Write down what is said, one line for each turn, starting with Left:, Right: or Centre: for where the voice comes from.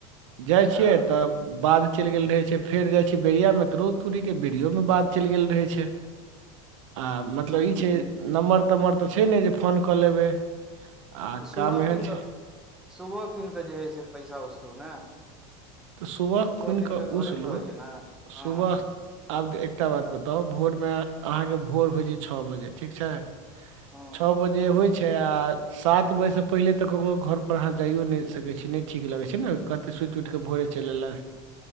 Right: जाइ
Centre: अच्छा
Right: छियै त- बाध चइल गेल रहे छै फेर जाय छीे बेरिया मे त रौ तोड़ी के विडियो में बात चइल गेल रहय छै। आ मतलब
Centre: हूँ
Right: ई छै नम्बर तम्बर तऽ छै ने जे फोन कऽ लेबै- आ
Centre: तऽ सुबह
Right: काम एहन
Centre: कीन
Right: छै
Centre: सुबह कीन कऽ जे हइ से पैसा उसलू ने-
Right: तऽ सुबह खुइन
Centre: कीन
Right: कऽ
Centre: घरे
Right: उसलु
Centre: पर रहै छै ने हँ
Right: सुबह आब एकटा बात बताउ भोरमे अहाँके भोर होइ छै छ बजे ठीक छै
Centre: हँ
Right: छ बजे होइ छै आ- सात बजेसँ पहिले तऽ ककरो घरपर अहाँ जाइयो नय सकै छी नय ठीक लगै छै ने कते सुइत उइठ के भोरे चइल एलय